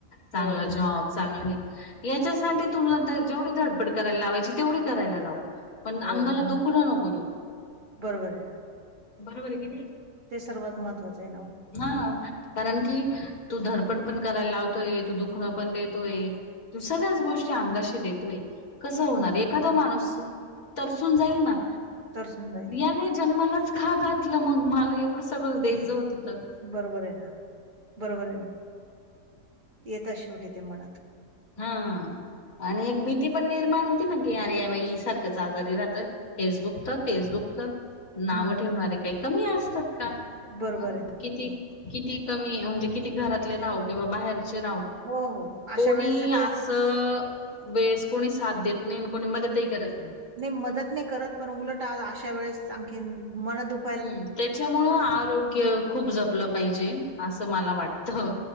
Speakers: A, on the left; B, on the right.
A: चांगलं
B: हो,
A: जॉब चांगले हे यांच्यासाठी तुलां जेवढी धडपड करांयला लावांयची तेवढी करांयला लांव पणं
B: हो,
A: अंगाला दुःख दुखणं नको देऊ
B: बरोबर आहे
A: बरोबर आहे की नाहीं
B: ते सर्वात महत्वाचं आहे नां
A: हां कारणं की तूं धडपड पणं करांयला लावतोय तूं दुखणं पणं देतोय सगळ्यांचं गोष्टी अंगांनी देतोय कसं होणारं
B: हं,
A: एखादां माणूंस तरसूंन जाईल नां
B: तरसून जाईल.
A: यांने जन्मांलाचं हां घातलं मंग मलां एवढं सगळं द्यायचं होतं तर
B: बरोबर आहे नां बरोबर आहे नां येतांत शेवटी ते म्हणतं
A: हां आणि एक भीती पणं निर्माण होती ने अरे यां बाई सारखंच आजांरी राहतं हेचं दुखंत तेचं दुखंत नावं
B: हं, हं.
A: ठेवणारे
B: हं.
A: कांहीं कमी असतांत कां
B: बरोबर
A: मं
B: आहे ना.
A: किती किती कमी म्हणजे किती घरांतले राहो किंवा बाहेरचे राहो
B: हो हो अशा वेळेस
A: कोणी
B: सगळेच
A: असं वेळेसं कोणी साथं देतं नाहीं कोणी मदतंही करतं नाहीं
B: नाहीं मंदत नाहीं करतं पणं उलटं अशा वेळेस आणखी मनं दुःख
A: हम्मं त्यांच्यामुळे आरोग्य खूंप जपलं पाहिजे असं मलां वाटतं.